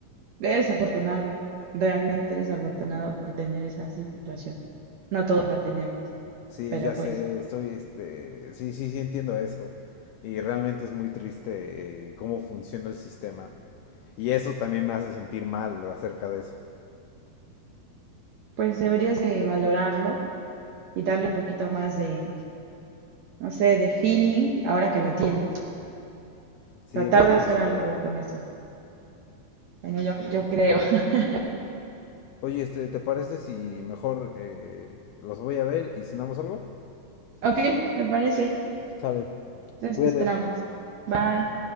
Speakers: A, on the right; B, on the left.
A: eres afortunado, realmente eres afortunado por tener esa situación. No todos la tenemos,
B: Sí,
A: pero
B: ya sé,
A: pues,
B: estoy, este, sí, sí, sí entiendo eso. Y realmente es muy triste eh, cómo funciona el sistema. Y eso también me hace sentir mal acerca de eso.
A: pues deberías de valorarlo y darle un poquito más de, no sé, de feeling, ahora que lo tienes.
B: Sí,
A: Tratar
B: voy a
A: de hacer
B: considerarlo.
A: algo con eso. Bueno, yo, yo creo. <laughs>
B: Oye, este, ¿te parece si mejor eh, los voy a ver y cenamos algo?
A: Ok, me parece.
B: Sale,
A: Entonces
B: cuídate.
A: te esperamos. Bye.